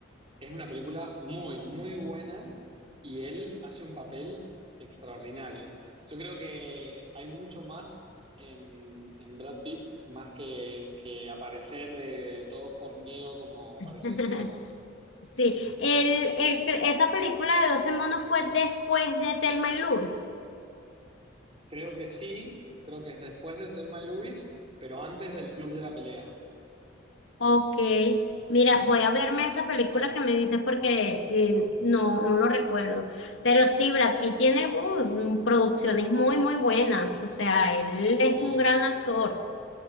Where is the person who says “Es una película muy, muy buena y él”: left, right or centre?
Right